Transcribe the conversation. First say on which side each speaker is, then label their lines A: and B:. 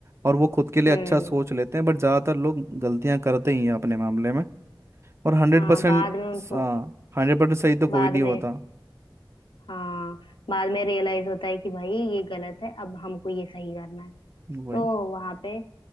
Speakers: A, on the right; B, on the left.
A: और वो खुद के लिए
B: हम्म
A: अच्छा सोच लेते हैं बट ज्यादातर लोग गलतियां करते ही हैं अपने मामले में और हंड्रेड
B: हाँ
A: परसेंट
B: बाद में उनको
A: हाँ हंड्रेड परसेंट सही तो कोई
B: बाद
A: नहीं
B: में
A: होता
B: हाँ बाद में रियलाइज होता है कि भाई ये गलत है अब हमको ये सही करना है
A: वही
B: तो वहां पे